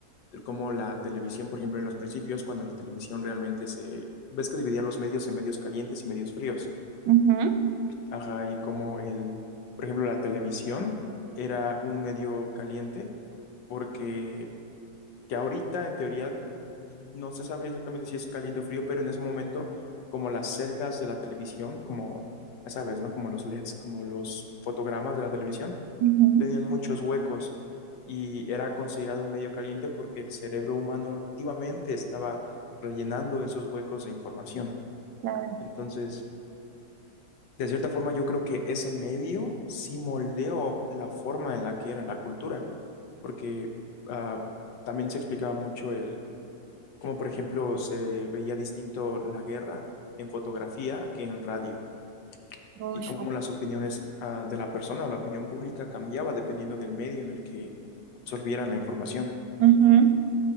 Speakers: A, on the left (about 80°); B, on the right (about 80°).
A: el- cómo la televisión, por ejemplo, en los principios, cuando la televisión realmente se, ves que dividía los medios en medios calientes y medios fríos.
B: Ujú,
A: Ajá, y como el, por ejemplo, la televisión era un medio caliente porque que ahorita en teoría no se sabría exactamente si es caliente o frío, pero en ese momento, como las celdas de la televisión, como, ya sabes, ¿no? Como los LEDs, como los fotogramas de la televisión,
B: ujú,
A: tenían muchos huecos y era considerado un medio caliente porque el cerebro humano activamente estaba rellenando esos huecos de información.
B: Claro.
A: Entonces, de cierta forma, yo creo que ese medio sí moldeó la forma en la que era la cultura, porque ah, también se explicaba mucho el como por ejemplo se veía distinto la guerra en fotografía que en radio,
B: Ush.
A: y cómo las opiniones ah, de la persona o la opinión pública cambiaba dependiendo del medio en el que absorbieran la información.
B: Ujú.